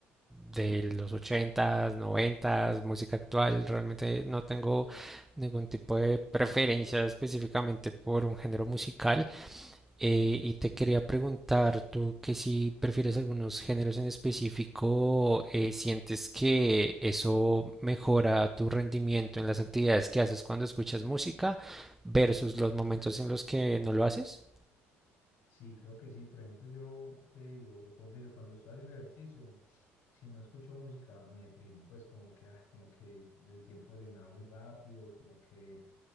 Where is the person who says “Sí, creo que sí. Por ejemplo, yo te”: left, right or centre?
Left